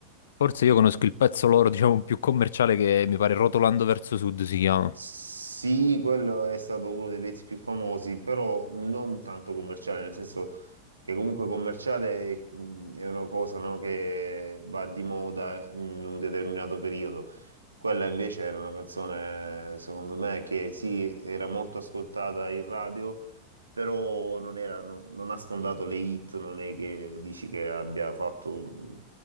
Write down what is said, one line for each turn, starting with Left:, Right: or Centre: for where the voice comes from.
Left: Forse io conosco il pezzo loro, <laughs> diciamo, più commerciale che mi pare Rotolando verso Sud si chiama.
Right: Sì, quello è stato uno dei pezzi più famosi, però non tanto commerciale, nel senso che comunque commerciale mh, è una cosa, no, che va di moda in un determinato periodo. Quella invece era una canzone, secondo me, che sì, era molto ascoltata in radio, però non era, no- non ha sfondato le hit, non è che dici che abbia fatto mh,